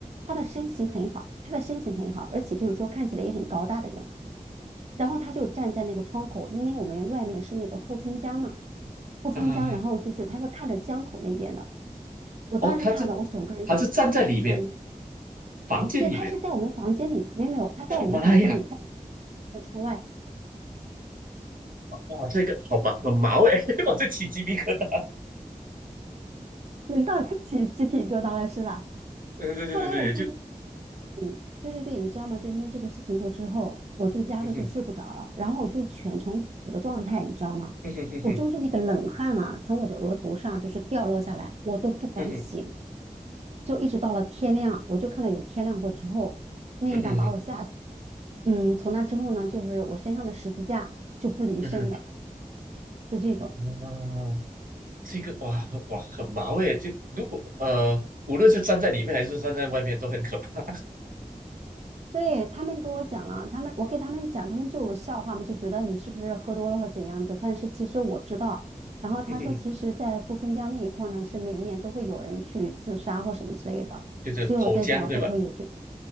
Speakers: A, on the right (about 50°); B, on the right (about 85°).
A: 他的身形很好，他的身形很好，而且就是说看起来也很高大的样子。然后他就站在那个窗口，因为我们外面是那个富春江嘛，富春江，
B: 啊？
A: 然后就是他是看着江口那边的。我当时看到我整个人就，
B: 哦，他这他是站在里面，
A: 嗯，
B: 房间里面。
A: 对，他是在我们房间里，没有没有，他在我们的房间里，
B: 我妈呀，
A: 在那窗外，
B: 哇，这个好吧，很毛哎、<laughs> 我这起鸡皮疙瘩。
A: 轮到你起鸡皮疙瘩了是吧？
B: 嗯，对对对对对，
A: 后来我就
B: 就
A: 嗯，对对对，你知道吗？就因为这个事情过之后，我就压根就睡不着了，
B: 嗯哼
A: 然后我就全程苦的状态，你知道吗？
B: 嗯哼哼哼
A: 我就是那个冷汗啊，从我的额头上就是掉落下来，我都不敢醒，
B: 嗯哼
A: 就一直到了天亮，我就看到有天亮过之后，那一晚把我吓死了。
B: 嗯哼
A: 嗯，从那之后呢，就是我身上的十字架就不离身的，
B: 嗯哼
A: 就这种。
B: 嗯哼，啊，这个哇哇很毛哎、就如果呃，无论是站在里面还是站在外面都很可怕。
A: 对，他们跟我讲啊，他们我给他们讲，他们就有笑话嘛，就觉得你是不是喝多了或怎样子。但是其实我知道，然后他说，
B: <laughs> 嗯哼，
A: 其实，在富春江那一块儿呢，是每年都会有人去自杀或什么之类的。
B: 就是投江对吧？
A: 所以我在想，会不会有这？